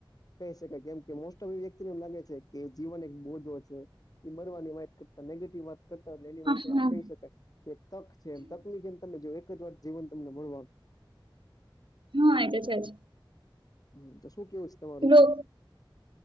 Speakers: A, on the left; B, on the right.
A: કહી શકાય કેમ કે મોસ્ટઓફલી એ વ્યક્તિને એમ લાગે છે કે જીવન એક બોજો છે. એ મરવાની વાત કરતા નેગટિવ વાત કરતા હોય એટલે એની
B: હા
A: માટે
B: હા
A: આ કહી શકાય કે તક છે એમ તકની જેમ તમે જો એક જ વાર જીવન તમને મળવાનું છે.
B: હા એતો છે જ.
A: હમ તો શું કેવું સે તમારું?
B: પેલું